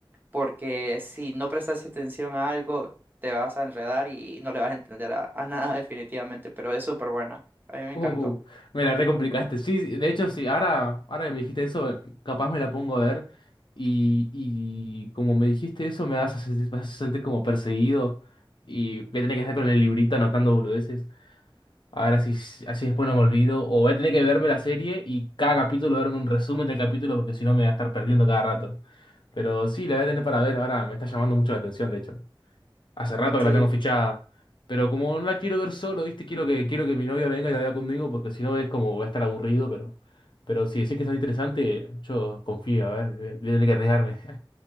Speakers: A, on the right; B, on the left.
A: porque si no prestas atención a algo, te vas a enredar y no le vas a entender a, a nada <laughs> definitivamente, pero es súper buena. A mí me
B: Uh,
A: encantó.
B: me la recomplicaste. Sí, sí, de hecho, sí, ahora, ahora que me dijiste eso, eh, capaz me la pongo a ver. Y, y como me dijiste eso, me vas a sentir, vas a sentir como perseguido. Y voy a tener que estar con el librito anotando boludeces. A ver, así, así después no me olvido. O voy a tener que verme la serie y cada capítulo verme un resumen del capítulo porque si no me voy a estar perdiendo cada rato. Pero sí, la voy a tener para ver. Ahora me está llamando mucho la atención, de hecho. Hace rato que
A: Sí.
B: la tengo fichada. Pero como no la quiero ver solo, ¿viste? Quiero que, quiero que mi novia venga y la vea conmigo, porque si no es como voy a estar aburrido, pero, pero si decís que está interesante, yo confío, a ver, voy a voy a tener que arriesgarme.